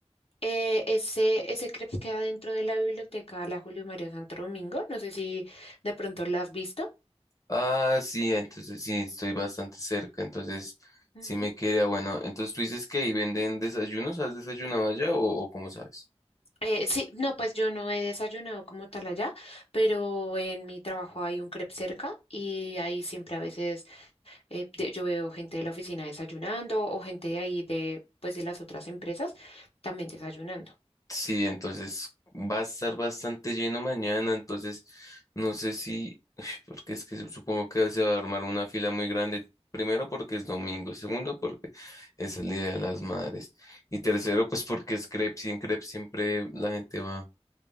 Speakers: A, on the left; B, on the left.
A: Eh, ese, ese crepes queda dentro de la biblioteca La Julio Mario Santo Domingo. No sé si de pronto la has visto.
B: Ah, sí, entonces sí, estoy bastante cerca. Entonces
A: Ujú.
B: sí me queda bueno. Entonces tú dices que ahí venden desayunos. ¿Has desayunado allá o, o cómo sabes?
A: Eh, sí, no, pues yo no he desayunado como tal allá, pero en mi trabajo hay un crepe cerca y ahí siempre a veces eh, de- yo veo gente de la oficina desayunando o gente de ahí de, pues de las otras empresas también desayunando.
B: Sí, entonces va a estar bastante lleno mañana, entonces no sé si, Uy, porque es que supongo que se va a armar una fila muy grande, primero porque es domingo, segundo porque es el Día de las Madres y tercero pues porque es crepes y en crepes siempre la gente va,